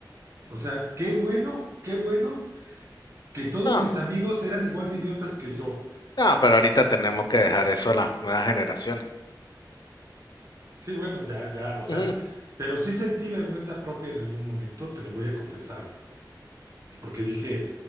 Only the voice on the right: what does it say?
O sea, qué bueno, qué bueno que todos
mis amigos eran igual de idiotas que yo.
Sí, bueno, ya, ya, o sea,
pero sí sentí vergüenza propia en algún momento, te lo voy a confesar, porque dije,